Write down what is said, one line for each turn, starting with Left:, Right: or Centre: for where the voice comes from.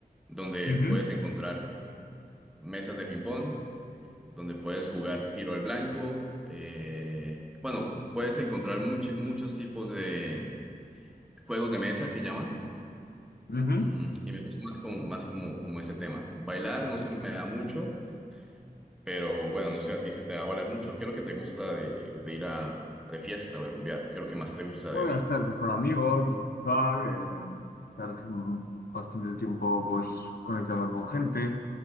Centre: donde
Left: ujú,
Centre: puedes encontrar mesas de ping-pong donde puedes jugar tiro al blanco. eh, bueno, puedes encontrar much- muchos tipos de juegos de mesa que llaman.
Left: ujú.
Centre: mm, y me gusta más como, más como, como ese tema. Bailar no se me da mucho, pero bueno, no sé, a ti se te va a bailar mucho. ¿Qué es lo que te gusta de, de ir a de fiesta o de rumbear? ¿Qué es lo que más te gusta
Left: Bueno,
Centre: de eso?
Left: estar con amigos, disfrutar, eh, estar mm, bastante tiempo pues conectando con gente.